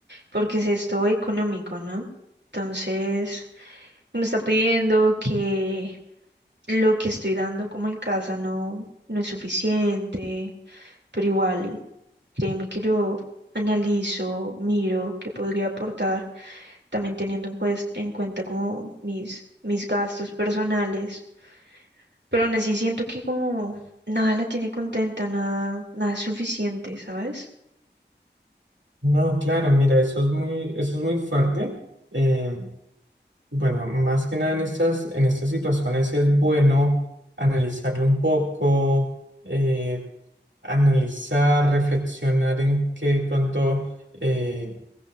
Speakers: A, on the right; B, on the right.
A: porque es esto económico, ¿no? Entonces, me está pidiendo que lo que estoy dando como en casa no, no es suficiente, pero igual, créeme que yo analizo, miro qué podría aportar, también teniendo en, cues- en cuenta como mis, mis gastos personales, pero aún así siento que como nada la tiene contenta, nada, nada es suficiente, ¿sabes?
B: No, claro, mira, eso es muy, eso es muy fuerte. Eh, bueno, más que nada en estas, en estas situaciones es bueno analizarlo un poco. eh, analizar, reflexionar en qué pronto eh,